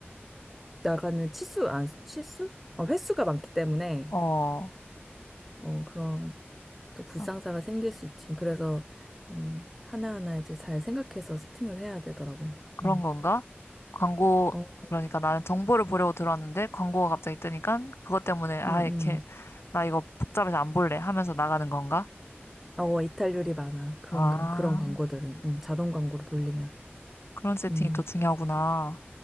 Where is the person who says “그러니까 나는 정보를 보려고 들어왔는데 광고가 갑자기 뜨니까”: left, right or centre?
Left